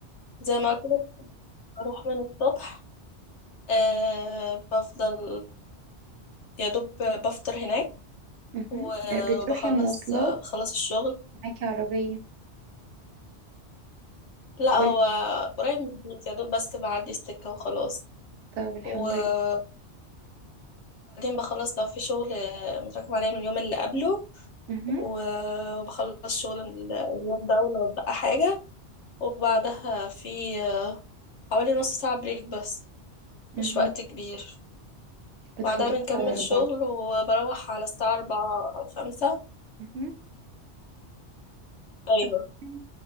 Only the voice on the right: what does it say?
مهم.
ب- بتروحي مواصلات
معاكي عربية
ولا
طب الحمد
لله
مهم.
مهم.
بتخلصي
على أربعة
مهم.
طب تمام.